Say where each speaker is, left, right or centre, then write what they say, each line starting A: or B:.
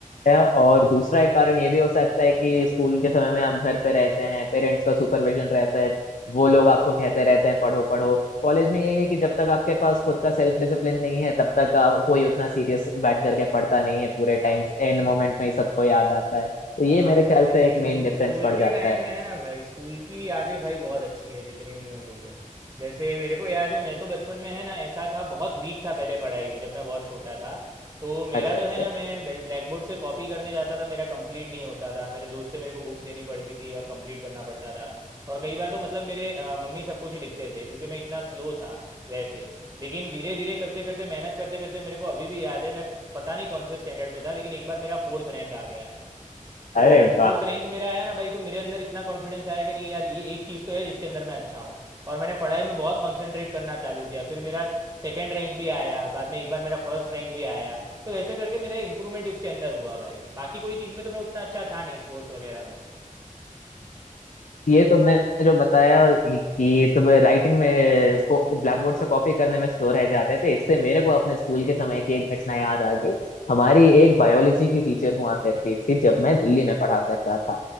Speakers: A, on the left; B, on the right.
A: है और दूसरा एक कारण ये भी हो सकता है कि स्कूल के समय में आप घर पे रहते हैं पेरेंट्स का सुपरविजन रहता है वो लोग आपको कहते रहते हैं पढ़ो पढ़ो
B: हम्म,
A: कॉलेज में यही है कि जब तक आपके पास खुद का सेल्फ डिसिप्लिन नहीं है तब तक आ, कोई उतना सीरियस बैठ करके पढ़ता नहीं है पूरे टाइम एंड
B: हाँ
A: मोमेंट में ही
B: भाई
A: सबको याद आता है तो ये
B: हाँ
A: मेरे ख्याल
B: भाई लेकिन
A: से एक मेन डिफरेंस
B: स्कूल
A: पड़
B: के
A: जाता
B: टाइम
A: है
B: में है ना भाई स्कूल की यादें भाई बहुत अच्छी है जितनी भी मैं बोलूँ जैसे मेरे को याद है मैं तो बचपन में है ना ऐसा था बहुत वीक था पहले पढ़ाई में जब मैं बहुत छोटा था तो मेरा
A: अच्छा
B: तो
A: अच्छा
B: है ना मैं ब्लैक बोर्ड से कॉपी करने जाता था मेरा कंप्लीट नहीं होता था मेरे दोस्त से मेरे को बुक्स लेनी पड़ती थी और कंप्लीट करना पड़ता था और कई बार तो मतलब मेरे अ, मम्मी सब कुछ लिखते थे क्योंकि मैं इतना स्लो था वैसे लेकिन धीरे धीरे करते करते मेहनत करते करते मेरे को अभी भी याद है मैं पता नहीं कौन से स्टैंडर्ड में था लेकिन एक बार मेरा फोर्थ रैंक आ गया तो
A: अरे
B: फोर्थ
A: वाह
B: रैंक मेरा आया ना भाई तो मेरे अंदर इतना कॉन्फिडेंस आया कि नहीं यार ये एक चीज़ तो है जिसके अंदर मैं अच्छा हूँ और मैंने पढ़ाई में बहुत कंसंट्रेट करना चालू किया फिर मेरा सेकंड रैंक भी आया बाद में एक बार मेरा फर्स्ट रैंक भी आया तो वैसे करके मेरा इंप्रूवमेंट उसके अंदर हुआ भाई बाकी कोई चीज़ में तो मैं उतना अच्छा था नहीं स्पोर्ट्स वगैरह में
A: ये तुमने जो बताया कि कि तुम राइटिंग में इसको ब्लैक बोर्ड से कॉपी करने में स्लो रह जाते थे इससे मेरे को अपने स्कूल के समय की एक घटना याद आ गई हमारी एक बायोलॉजी की टीचर हुआ करती थी जब मैं दिल्ली में पढ़ा करता था